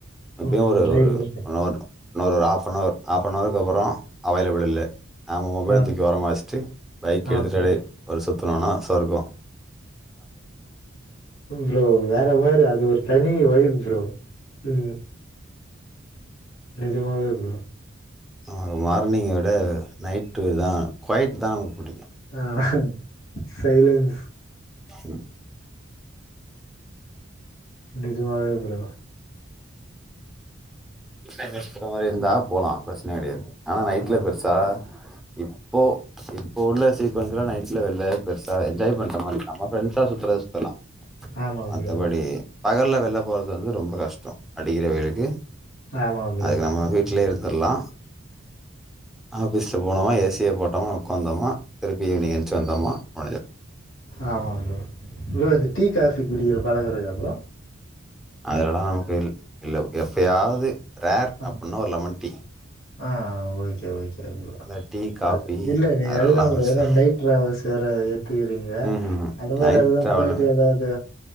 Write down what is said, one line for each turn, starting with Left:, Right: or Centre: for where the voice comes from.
Centre: இப்பயும்
Left: ம்
Centre: ஒரு
Left: ரைட்
Centre: ஒரு ஒன்ரு இன்னொரு ஒரு ஹாஃப்ஹவர் ஹாஃப் நவருக்கு அப்புறம் அவைலபிள் இல்லை நாம்மா மொபைலத்
Left: ஆ
Centre: தூக்கி ஓரமா வச்சிட்டு பைக்
Left: ஆ
Centre: எடுத்துஅப்டே
Left: ப்ரோ
Centre: சுத்துனான சொர்கம்
Left: ம் ப்ரோ வேற மாரி அது ஒரு தனி வைப் ப்ரோ உம் நிஜமாவே ப்ரோ
Centre: நமக்கு மார்னிங்க விட நைட்டுதா கொய்ட்தா நமக்கு பிடிக்
Left: ஆஹ் சைலன்ஸ்
Centre: ம்
Left: நிஜமாவே ப்ரோ
Centre: <unintelligible> இருந்தா போலா பிரச்சன கெடையாது ஆனா நைட்ல
Left: ஆமா
Centre: பெருசா இப்போ இப்ப உள்ள சீக்வன்ஸ்ல நைட்ஸ்ல வெள்ள பெருசா என்ஜாய் பண்ற மாரி இல்ல நம்ம ஃபிரண்ட்ஸா சுத்தறது இப்பல்லா
Left: ஆமா
Centre: மத்தபடி
Left: ப்ரோ
Centre: பகல்ல வெள்ள போறது வந்து ரொம்ப கஷ்டோ அடிக்கிற வெயிலுக்கு
Left: ஆமா ப்ரோ
Centre: அதுக்கு நம்ம வீட்லயே இருந் அதெல்லா ஆஃபீஸ்ல போனம்னா ஏஸ் டிவி போட்டமா உக்காந்தமா திருப்பி இனி எந்த்ச்சு வந்தம்னா <unintelligible>
Left: ஆமா ப்ரோ ப்ரோ இந்த டீ காஃபி குடிக்கிற பழக்கோ இருக்கா ப்ரோ
Centre: அதல்லா நமக்கு இல் இல்ல எப்பயாவது ரேர்
Left: ஆஹ்
Centre: அப்புட்னா ஒரு லெமன் டீ
Left: ஆஹ் ஓகே ஓகே ப்ரோ
Centre: இந்த டீ காஃபி
Left: அது இல்ல நீங்க
Centre: அதெல்லா
Left: அதுதா ப்ரோ
Centre: பெருசா
Left: ஏன்னா நைட் டிராவல்ஸ் வேற இத் பாத்துக்குறீங்க
Centre: ம்ஹூம்
Left: அந்த மாரி
Centre: நைட்
Left: அததுஎல்லாம்
Centre: ட்ராவலு
Left: போயிட்டு ஏதாவது